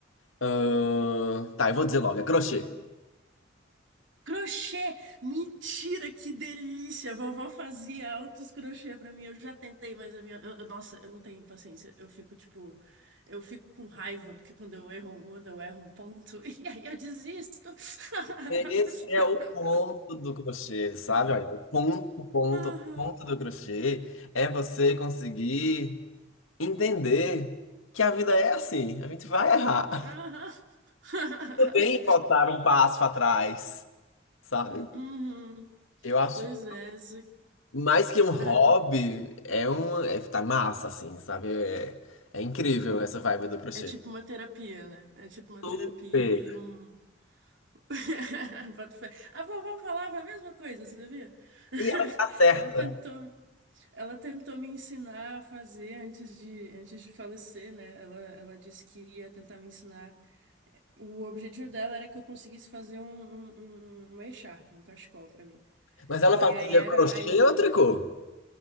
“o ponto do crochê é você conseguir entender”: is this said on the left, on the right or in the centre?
Left